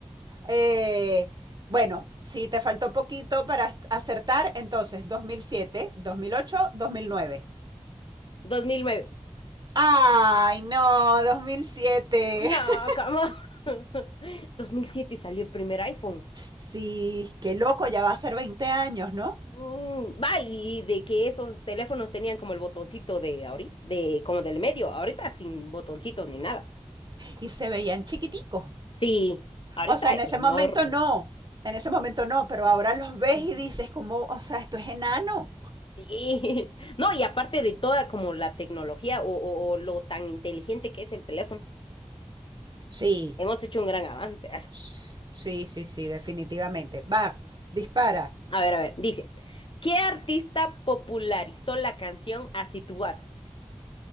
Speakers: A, on the right; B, on the left.
A: Eh, bueno, si te faltó poquito para acertar, entonces dos dos mil mil siete, dos mil ocho, dos mil nueve.
B: 2009.
A: Ay, no, 2007.
B: No,
A: <laughs>
B: ¿cómo? <laughs> 2007 salió el primer iPhone.
A: Sí, qué loco, ya va a ser 20 años, ¿no?
B: Mm, va, y de que esos teléfonos tenían como el botoncito de ahorita, de como del medio, ahorita sin botoncito ni nada.
A: Y se veían chiquiticos.
B: Sí, ahorita
A: O sea, en ese
B: enormes.
A: momento no, en ese momento no, pero ahora los ves
B: <laughs>
A: y dices como, o sea, esto es enano.
B: Sí. <laughs> No, y aparte de toda como la tecnología o, o- o lo tan inteligente que es el teléfono,
A: Sí,
B: hemos hecho un gran avance. <laughs> as-
A: sí, sí, sí, definitivamente. Va, dispara.
B: A ver, a ver, dice, ¿qué artista popularizó la canción Así tú vas?